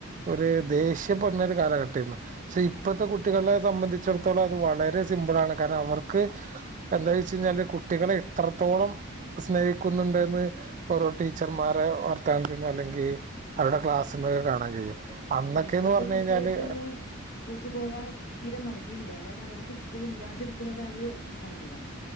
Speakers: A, on the right; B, on the left.
A: ഒരു ദേഷീയപഞ്ഞൊ ഒരു കാലഘട്ടംന്ന് പക്ഷെ ഇപ്പഴത്തെ
B: ഉം
A: കുട്ടികളെ സംബന്ധിച്ച് ച്ചിടത്തോളം അത് വളരെ സിമ്പിൾ ആണ് കാരണം അവർക്ക് എന്താ വെച്ച് കഴിഞ്ഞാല് കുട്ടികളെ എത്രത്തോളം സ്നേഹിക്കുന്നുണ്ടന്ന് ഓരോ ടീച്ചർമാരെ വർത്ത ചെയുന്നു അല്ലെങ്കിൽ അവരുടെ ക്ലാസ് ആസന്തകൾ കാണാ കഴിയും അന്നൊക്കെന്ന്
B: ആഹ ഇപ്പത്തെ
A: പറഞ്ഞു
B: കുട്ടികൾക്കൊന്നും
A: കഴിഞ്ഞാല്
B: സ്കൂൾക്ക് പോവാൻ തീരെ മടിയില്ല കാരണം അവർക്ക് സ്കൂൾ ഇല്ലാതിരിക്കുന്നതാണ് സങ്കടം